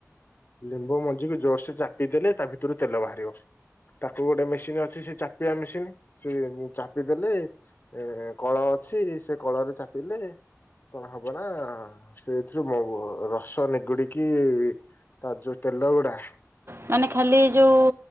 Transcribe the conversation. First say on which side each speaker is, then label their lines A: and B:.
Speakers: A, on the left; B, on the right.
A: ଲିମ୍ବ ମଞ୍ଜି କୁ ଜୋରସେ ଚାପି ଦେଲେ ତା ଭିତରୁ ତେଲ ବାହାରିବ। ତାକୁ ଗୋଟେ ମେସିନ୍ ଅଛି ସେ ଚାପିବା ମେସିନ ସେ ଚାପିଦେଲେ ଏ-ଏ କଳ ଅଛି ସେ କଳରେ ଚାପିଲେ କଣ ହବ ନା-ଆ-ଆ ସେଥିରୁ ମହୁ ରସ ନିଗୁଡିକି ତା ଯୁ ତେଲଗୁଡ଼ା
B: ମାନେ ଖାଲି ଯେଉଁ-ଉ